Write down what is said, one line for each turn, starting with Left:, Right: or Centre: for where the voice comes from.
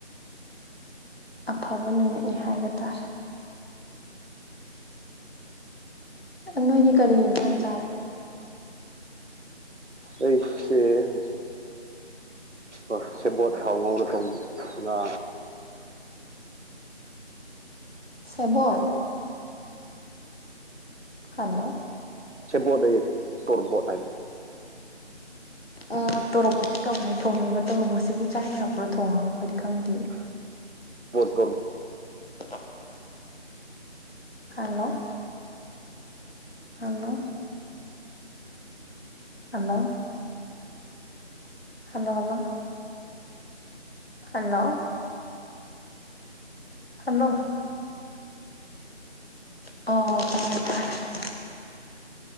Left: ꯑꯐꯕ ꯅꯨꯃꯤꯠꯅꯤ ꯍꯥꯏꯕ ꯇꯥꯔꯦ ꯅꯣꯏꯗꯤ ꯀꯔꯤ ꯍꯤꯟꯖꯥꯡ ꯆꯥꯔꯦ
Right: ꯑꯩꯁꯦ ꯉꯥꯁꯤ ꯑꯗꯨꯕꯨ ꯁꯦꯕꯣꯠ ꯊꯥꯎ ꯉꯧꯔ ꯊꯣꯡꯕꯤꯗꯣ ꯉꯥ
Left: ꯁꯦꯕꯣꯠ ꯍꯜꯂꯣ
Right: ꯁꯦꯕꯣꯠ ꯑꯥꯌꯦ ꯇꯣꯔꯣꯕꯣꯠ ꯍꯥꯏ <unintelligible>
Left: ꯑ ꯇꯣꯔꯣꯕꯣꯠꯁꯦ ꯀꯃꯥꯏꯅ ꯊꯣꯡꯉꯦꯕ ꯇꯣꯔꯣꯕꯣꯠꯁꯤꯕꯨ ꯆꯥ ꯌꯥꯕꯔꯣ ꯊꯣꯡꯉꯒ ꯑꯩꯈꯣꯏꯗꯤ ꯈꯪꯗꯤꯌꯦ
Right: <unintelligible>
Left: <unintelligible> hello hello hello hello hello hello hello ꯑ ꯇꯥꯔꯦ ꯇꯥꯔꯦ